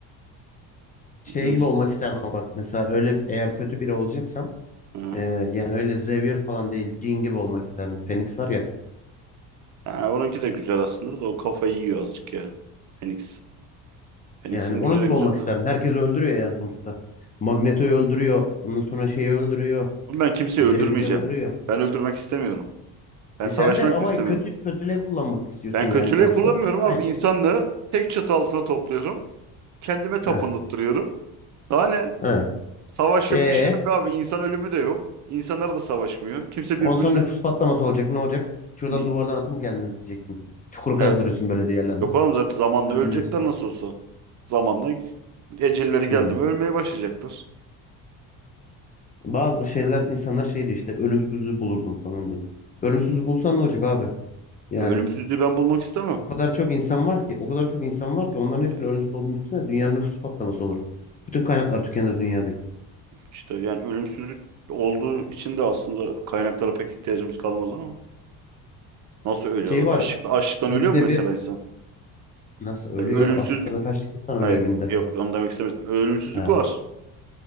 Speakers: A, on the left; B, on the right.
A: Şey
B: İnsan.
A: gibi olmak isterdim ama bak mesela öyle eğer kötü biri olacaksam
B: Ha.
A: e, yani öyle Xavier falan değil Jean gibi olmak isterdim. Phoenix var ya
B: Yani onunki de güzel aslında da o kafayı yiyor azıcık ya. Phoenix. Phoenix'in
A: yani onun
B: gücü de
A: gibi
B: güzel
A: olmak isterdim.
B: de.
A: Herkes öldürüyor yani sonuçta. Magneto'yu öldürüyor. Ondan sonra şeyi öldürüyor.
B: Oğlum Ben kimseyi
A: Xavier'i
B: öldürmeyeceğim.
A: öldürüyor.
B: Ben öldürmek istemiyorum. Ben
A: E
B: savaşmak
A: sen de ama
B: da istemiyorum.
A: kötü kötülüğe kullanmak istiyorsun
B: Ben
A: yani
B: kötülüğe
A: sonuçta.
B: kullanmıyorum abi.
A: Aynı şey.
B: İnsanlığı tek çatı altına topluyorum. Kendime tapındırıyorum.
A: Ha,
B: Daha ne?
A: ha.
B: Savaş
A: E,
B: yok bir şey yok abi. İnsan ölümü de yok. İnsanlar da savaşmıyor. Kimse
A: ondan
B: birbirine...
A: sonra nüfus patlaması olacak. Ne olacak? Şuradan
B: Ni-
A: duvardan atın kendinizi diyeceksin. Çukur kazdırıyorsun
B: E,
A: böyle diğerlerine.
B: yok oğlum zaten zamanla
A: Gömdürüyorsun.
B: ölecekler nasıl olsa. Zamanla ecelleri
A: Hmm.
B: geldi mi ölmeye başlayacaklar.
A: Bazı şeyler insanlar şey diyor işte ölümsüzlüğü bulurdum falan diye. Ölümsüzlüğü bulsan ne olacak abi? Yani
B: Ya Ölümsüzlüğü ben bulmak istemem.
A: o kadar çok insan var ki o kadar çok insan var ki onların hepsinin
B: Yani
A: ölümsüz olduğunu düşünsene dünyanın nüfus patlaması olur. Bütün kaynaklar tükenir dünyadaki.
B: işte yani ölümsüzlük olduğu için de aslında kaynaklara pek ihtiyacımız kalmaz ama. Nasıl ölüyorlar?
A: Şey var
B: Açlıkla, açlıktan
A: yüzde
B: ölüyor mu mesela
A: bir
B: insan?
A: nasıl ölüyor?
B: Ya ölümsüzlük
A: Afrika'da kaç insan ölüyor
B: Hayır
A: günde?
B: yok onu demek istemiştim. Ölümsüzlük
A: Ha.
B: var.